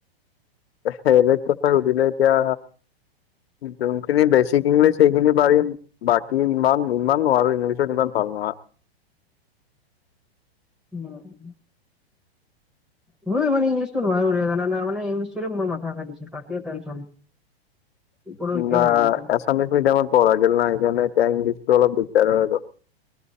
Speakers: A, on the left; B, in the centre.
A: বেলেগ কথা সুধিলে এতিয়া যোনখিনি বেছিক ইংলিছ সেইখিনি পাৰিম। বাকী ইমান - ইমান নোৱাৰো ইংলিছত ইমান ভাল নহয়।
B: উম, মইও ইমান ইংলিছটো নোৱাৰো ৰে জানানা মানে ইংলিছটোয়ে মোৰ মথা খাই দিছে তাকেই টেনচন। <inaudible>
A: হুম, বা
B: ভাবি আছো মানে
A: এছামিছ মিডিয়ামত পঢ়া গিল ন সেইকাৰণে এতিয়া ইংলিছতো অলপ দিগদাৰ হৈ গ'ল।